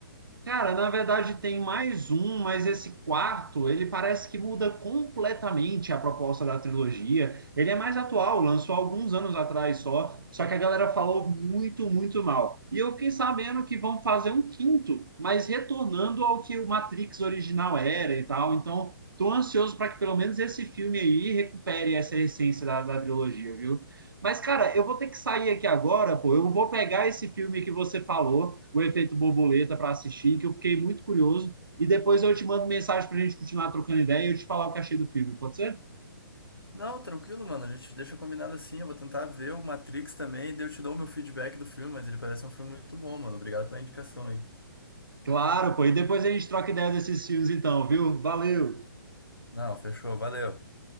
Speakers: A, on the right; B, on the left.
A: Cara, na verdade tem mais um, mas esse quarto, ele parece que muda completamente a proposta da trilogia. Ele é mais atual, lançou alguns anos atrás só, só que a galera falou muito, muito mal. E eu fiquei sabendo que vão fazer um quinto, mas retornando ao que o Matrix original era e tal. Então, tô ansioso para que pelo menos esse filme aí recupere essa essência da, da trilogia, viu? Mas, cara, eu vou ter que sair aqui agora, pô. Eu vou pegar esse filme que você falou o efeito borboleta para assistir, que eu fiquei muito curioso. E depois eu te mando mensagem para a gente continuar trocando ideia e eu te falar o que achei do filme, pode ser?
B: Não, tranquilo, mano. A gente deixa combinado assim. Eu vou tentar ver o Matrix também, daí eu te dou o meu feedback do filme, mas ele parece um filme muito bom, mano. Obrigado pela indicação aí.
A: Claro, pô. E depois a gente troca ideia desses filmes, então, viu? Valeu!
B: Não, fechou. Valeu.